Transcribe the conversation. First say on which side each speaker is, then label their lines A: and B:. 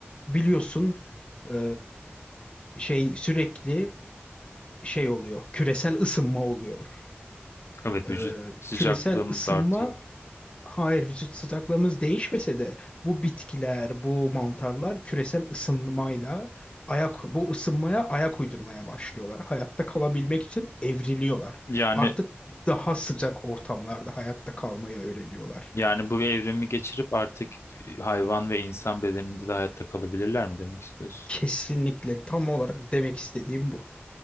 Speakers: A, on the left; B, on the left.
A: biliyorsun e, şey sürekli şey oluyor. Küresel ısınma oluyor.
B: Evet
A: Ee,
B: vücut sıcaklığımız
A: küresel ısınma
B: da artıyor.
A: Hayır, vücut sıcaklığımız değişmese de bu bitkiler, bu mantarlar küresel ısınmayla ayak bu ısınmaya ayak uydurmaya başlıyorlar. Hayatta kalabilmek için evriliyorlar.
B: Yani
A: Artık daha sıcak ortamlarda hayatta kalmayı öğreniyorlar.
B: Yani bu evrimi geçirip artık e, hayvan ve insan bedeninde de hayatta kalabilirler mi demek istiyorsun?
A: Kesinlikle tam olarak demek istediğim bu.